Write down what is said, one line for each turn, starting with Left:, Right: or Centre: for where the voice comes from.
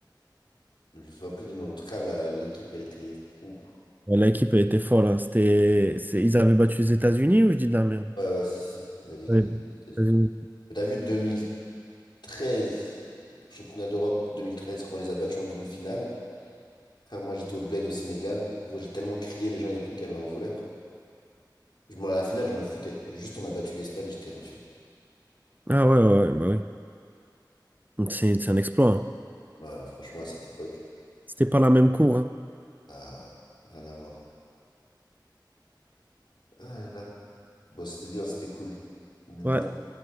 Left: Je me souviens plus du nom. En tout cas, la- l'équipe, elle était fou.
Right: Ouais, L'équipe, elle était folle. hein. C'était, c'est- ils avaient battu les États-Unis ou je dis de la merde?
Left: Ouais, ouais, si, si, elle avait gagné
Right: Ouais,
Left: les États-Unis.
Right: les États-Unis.
Left: Mais t'as vu 2013, championnat d'Europe 2013, quand on les a battus en demi-finale. Frère, moi, j'étais au Bled au Sénégal. Gros, j'ai tellement crié, les gens, ils ont cru qu'il y avait un voleur. Je, m'en, à la finale, je m'en foutais. Juste, on a battu l'Espagne, j'étais refait.
Right: Ah ouais, ouais, ouais, bah oui. C'est c'est un exploit. hein.
Left: Ouais, franchement, à cette époque,
Right: C'était pas la même cour. hein.
Left: ah, ouais, rien à voir. Ah, là, là. Bon, c'était bien, c'était cool. Du bon.
Right: Ouais.